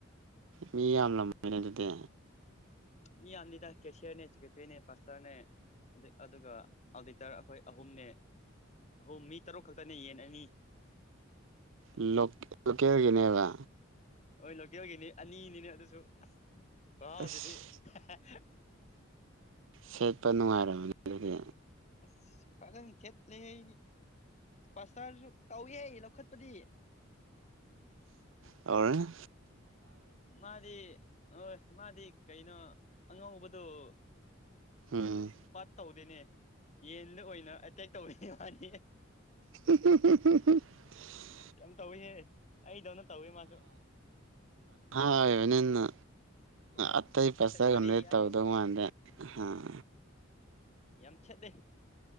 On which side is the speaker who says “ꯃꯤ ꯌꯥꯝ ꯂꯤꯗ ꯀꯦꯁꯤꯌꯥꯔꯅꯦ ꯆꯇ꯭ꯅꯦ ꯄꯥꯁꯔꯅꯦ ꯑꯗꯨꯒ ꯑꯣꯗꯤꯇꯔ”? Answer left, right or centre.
Left